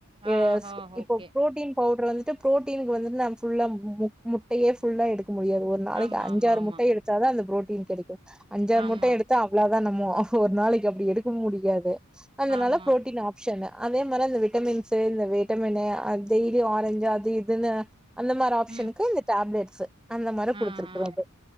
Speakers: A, on the right; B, in the centre.
A: ஆ
B: எஸ்
A: ஹா ஓகே
B: இப்போ புரோ பவுடர் வந்துட்டு ப்ரோட்டின்க்கு வந்துடு நா ஃபுல்லா மு முட்டயே ஃபுல்லா எடுக்க முடியாது ஒரு ஒரு நாளைக்கு
A: ஆமா
B: அஞ்சாறு
A: ஆமா ஆமா
B: முட்டைய எடுத்தா தா அந்த ப்ரோட்டின் கெடைக்கு அஞ்சாறு
A: ஆமா
B: முட்டைய எடுத்தா அவ்ளோதா நமோ ஒரு நாளைக்கு அப்டி எடுக்க முடியாது அதுனால
A: ஆமா
B: ப்ரோட்டின் அப் ஆப்ஷனு அதே மாரி அந்த விட்டமின்ஸு இந்த விட்டமினு டெய்லி ஆரஞ்சு அது இதுனு அந்த மாரி ஆப்ஷனுக்கு
A: ம்
B: இந்த டேப்லெட்ஸு அந்த மாரி
A: ஆ
B: குடுத்துருக்குறாங்க
A: ஆ